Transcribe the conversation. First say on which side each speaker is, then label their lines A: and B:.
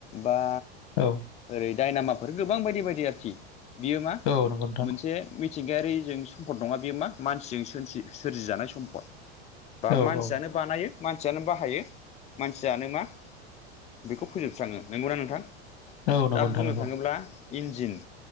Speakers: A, on the left; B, on the left.
A: बा
B: औ।
A: ओरै दडायनामाफोर गोबां बायदि बायदि आरोखि बियो मा
B: औ नंगौ नोंथां
A: मोनसे मिथिंगायारि जों सम्फद नङा बे मा मानसिजों सोर-सोरजिजानाय सम्पद। बा
B: औ
A: मानसियानो
B: औ
A: बानायो मानसियानो बाहायो मानसियानो मा बेखौ फोजोबस्राङो नंगौना नोंथां?
B: नंगौ
A: दा
B: नोंथां
A: बुंनो
B: नंगौ
A: थाङोब्ला इन्जिन।